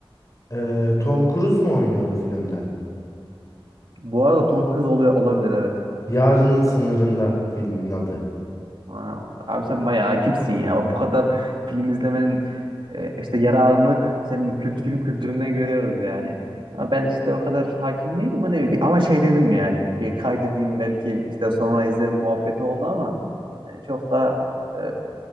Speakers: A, on the left (about 35°); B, on the right (about 60°).
A: e, Tom Cruise mu oynuyordu filmde?
B: Bu arada Tom Cruise oluyor olabilir evet.
A: Yarının Sınırında filmin adı.
B: Ha, abi sen bayağı hakimsin ya. Bu kadar film izlemenin e, işte yararını senin kült film kültüründen görüyoruz yani. Ama ben işte o kadar hakim değilim. Hani bir- ama şey dedim yani. Bir kaydedeyim belki işte sonra izlerim muhabbeti oldu ama yani çok da e,